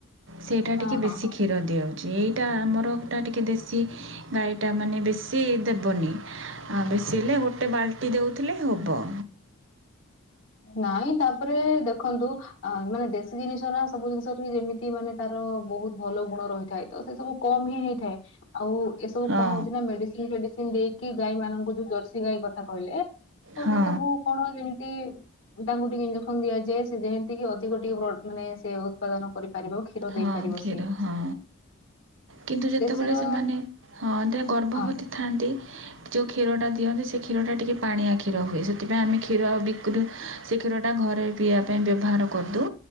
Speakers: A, on the right; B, on the left.
A: ସେଇଟା
B: ହଁ
A: ଟିକେ
B: ହଁ
A: ବେଶୀ
B: ହଁ
A: ଖି ଦିଆଉଛି ଏଇଟା ଆମରଟା ଟିକିଏ ଦେଶୀ ଗାଈଟା ମାନେ ବେଶୀ ଦେବନି। ଆ ବେଶୀ ହେଲେ ଗୋଟେ ବାଲ୍ଟି ଦେଉଥିଲେ ହବ।
B: ନାଇଁ ତାପରେ ଦେଖନ୍ତୁ। ଆ ମାନେ ଦେଶୀ ଜିନିଷରା ସବୁ ଜିନିଷ ବି ଯେମିତି ମାନେ ତାର ବହୁତ୍ ଭଲ ଗୁଣ ରହିଥାଏ। ତ ସେ ସବୁ କମ୍ ହିଁ ହେଇଥାଏ। ଆଉ ଏସବୁ
A: ହଁ
B: କଣ ହଉଚି ନାଁ ମେଡ଼ିସିନ୍ ଫେଡ଼ିସିନ୍ ଦେଇକି ଗାଈ ମାନଙ୍କୁ ଯୋଉ ଜର୍ସି ଗାଈ କଥା କହିଲେ। ତ
A: ହଁ
B: ସେ ସବୁ କଣ ଯେମିତି କି ତାଙ୍କୁ ଟିକେ ଇଞ୍ଜେକ୍ସନ୍ ଦିଆଯାଏ ସେ ଯେମତିକି ଅଧିକ ଟିକେ ବ ମାନେ ସେ ଉତ୍ପାଦନ କରି ପାରିବ କ୍ଷୀର
A: ହଁ
B: ଦେଇପାରିବ
A: କ୍ଷୀର
B: ସିଏ।
A: ହଁ। କିନ୍ତୁ
B: ଆଉ
A: ଯେତେବେଳେ
B: ଦେଶୀର
A: ସେମାନେ
B: ହଁ
A: ହଁ ତେ ଗର୍ଭବତୀ
B: ଆଜ୍ଞା
A: ଥାଆନ୍ତି ଯେଉଁ କ୍ଷୀରଟା ଦିଅନ୍ତି ସେ କ୍ଷୀରଟା ଟିକେ ପାଣିଆ କ୍ଷୀର ହୁଏ ସେଥିପାଇଁ ଆମେ କ୍ଷୀର ବିକ୍ରିରୁୁ ସେ କ୍ଷୀରଟା ଘରେ ପିଇବା ପାଇଁ ବ୍ୟବହାର କରିଦଉ